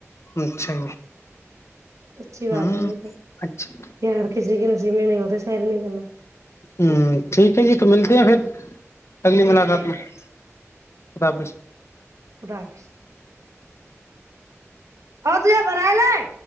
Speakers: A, on the left; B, on the right.
A: اچھا
B: اچھی
A: ہوں
B: بات ہے یہ تو
A: اچھا
B: یار کسی کے نصیبیں نہیں ہوتے سر نہیں کرنا
A: ہوں ٹھیک ہے جی تو ملتے ہیں پھر اگلی
B: ٹھیک
A: ملاقات
B: ٹھیک
A: میں خدافظ
B: خدا حافظ اور بر ل ہے